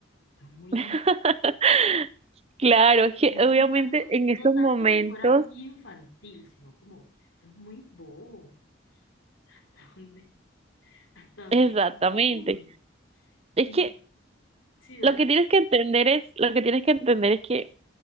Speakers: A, on the left; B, on the right.
A: esto es muy,
B: <laughs> Claro, es que
A: no,
B: obviamente
A: no tanto,
B: en
A: no
B: esos
A: tanto
B: momentos,
A: que fuera muy infantil, sino como, esto es muy bobo, o sea, ¿hasta <laughs> dónde? hasta dónde
B: exactamente.
A: llega uno.
B: Es
A: Y
B: que
A: sí, dale,
B: lo que tienes que entender es, lo que tienes que entender es que